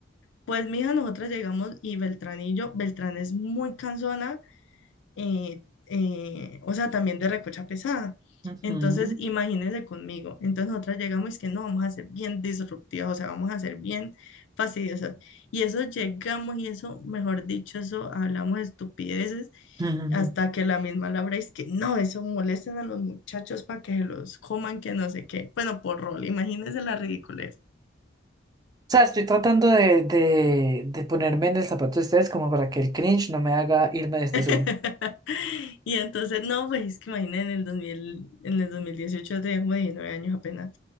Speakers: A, on the left; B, on the right.
A: Pues mija, nosotras llegamos y Beltrán y yo, Beltrán es muy cansona, eh, eh, o sea, también de recocha pesada.
B: ujú,
A: Entonces, imagínense conmigo. Entonces, nosotras llegamos y es que no, vamos a ser bien disruptivas, o sea, vamos a ser bien fastidiosas. Y eso llegamos y eso, mejor dicho, eso hablamos estupideces
B: ujú.
A: hasta que la misma Laura es que no, eso molestan a los muchachos para que se los coman, que no sé qué. Bueno, por rol, imagínense la ridiculez.
B: O sea, estoy tratando de, de, de ponerme en el zapato de ustedes como para que el cringe no me haga irme de este Zoom.
A: <laughs> Y entonces, no, pues es que imagínense en el 2000, en el 2018 yo tenía como 19 años apenas.